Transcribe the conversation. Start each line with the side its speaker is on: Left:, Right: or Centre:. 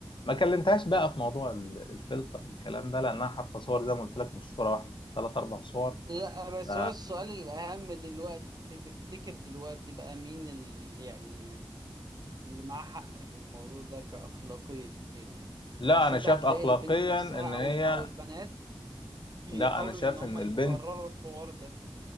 Left: ما كلمتهاش بقى في موضوع ال- الفلتر والكلام ده لانها حاطة صور زي ما قلت لك مش صورة واحدة ثلاث اربع صور
Right: لا بس
Left: ف-
Right: هو السؤال الأهم دلوقتي تفتكر دلوقتي بقى مين اللي يعني اللي معاه حق في الموضوع ده كأخلاقيا يعني
Left: لا
Right: اصل
Left: انا
Right: انت
Left: شايف
Right: هتلاقي
Left: اخلاقيا
Right: البنت نفسها
Left: ان
Right: او
Left: هي
Right: او البنات بيحاولوا
Left: لا انا شايف
Right: ان هم
Left: ان
Right: يبرروا
Left: البنت
Right: الحوار ده